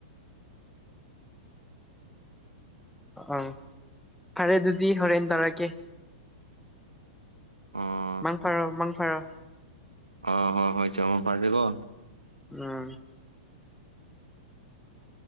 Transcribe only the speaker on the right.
ꯑꯣ
ꯑ ꯍꯣ ꯍꯣꯏ ꯆ ꯃꯪ ꯐꯔꯁꯤꯀꯣ